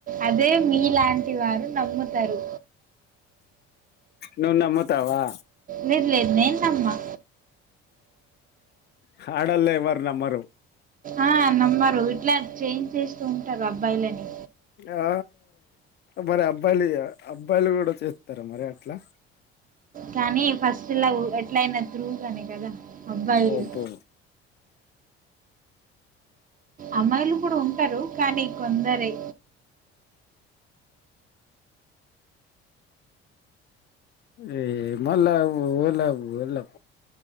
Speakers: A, on the right; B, on the left.
A: అదే మీలాంటి వారు నమ్ముతారు
B: నువ్ నమ్మతావా
A: నిన్నేనమ్మా
B: హడల్లో ఎవ్వరు నమ్మరు
A: ఆ నమ్మరు ఇట్లా చేంజ్ చేస్తూ ఉంటారు అబ్బాయిలని
B: ఆ మరి అబ్బాయిలు అబ్బాయిలు కూడా చేస్తారా మరి అట్లా
A: కానీ ఫస్ట్ లవ్ ఎట్ల అయిన ట్రూ కానీ కదా అబ్బాయిలు
B: ఓబ్బో
A: అమ్మాయిలు కూడా ఉంటారు కానీ కొందరే
B: ఏల లవ్వు లవ్వు లవ్వు